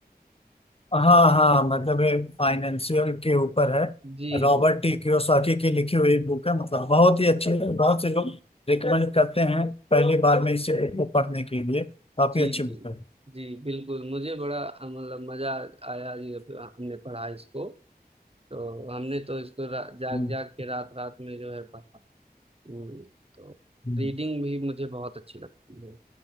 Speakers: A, on the left (about 35°); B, on the right (about 35°).
A: हाँ हाँ मतलब ये फाइनेंशियल के ऊपर है
B: जी
A: रॉबर्ट
B: जी
A: टी कियोसाकी की लिखी हुई बुक है मतलब बहुत ही अच्छी है बहुत से लोग रिकमेंड करते हैं पहली बार में इसे बुक को पढ़ने के लिए काफी
B: जी
A: अच्छी
B: जी
A: बुक है
B: जी बिल्कुल मुझे बड़ा अ, मतलब मजा आया ये प- हमने पढ़ा इसको तो हमने तो इसको रा- जाग
A: हम्म,
B: जाग के रात रात में जो है पढ़ा हम्म, तो
A: हम्म।
B: रीडिंग भी मुझे बहुत अच्छी लगती है